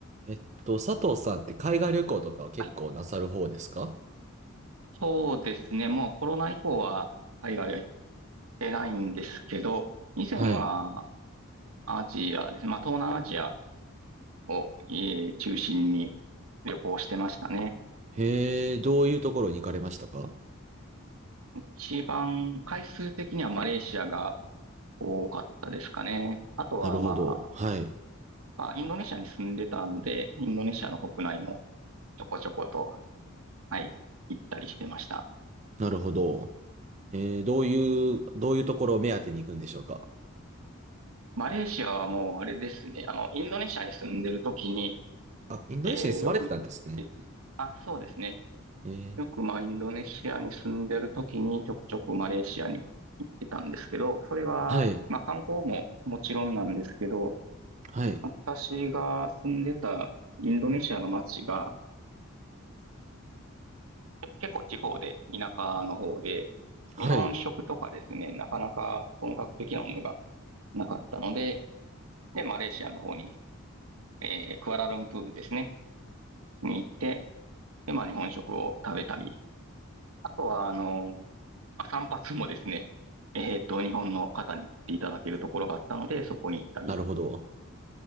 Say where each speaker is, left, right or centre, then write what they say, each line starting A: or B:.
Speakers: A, on the right (about 35°); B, on the right (about 85°).
A: えっと、佐藤さんって海外旅行とかは結構なさる方ですか
B: はい、そうですね。もうコロナ以降は海外は行ってないんですけど、以前は
A: はい。
B: アジアですね。まあ、東南アジアを、えー中心に旅行してましたね。
A: へえ、どういうところに行かれましたか
B: 一番回数的にはマレーシアが多かったですかね。あとはまあ、
A: なるほど。はい。
B: まあ、インドネシアに住んでたので、インドネシアの国内もちょこちょこと、はい、行ったりしてました。
A: なるほど。えー、どういう、どういうところを目当てに行くんでしょうか
B: マレーシアはもうあれですね。あの、インドネシアに住んでる時に、
A: あ、インドネシアに住まれてたんですね。
B: えーよく行ってあ、そうですね。
A: えー、
B: よくまあインドネシアに住んでる時にちょくちょくマレーシアに行ってたんですけど、それはまあ観光ももちろんなんですけど、
A: はい。はい。
B: 私が住んでたインドネシアの街が結構地方で、田舎の方で、
A: はい。
B: 日本食とかですね、なかなか本格的なものがなかったので、で、マレーシアの方に、えークアラルンプールですね、に行って、で、まあ日本食を食べたり、あとは、あの、まあ、散髪もですね、えっと、日本の方に来ていただけるところがあったので、そこに行ったりっ
A: なるほど。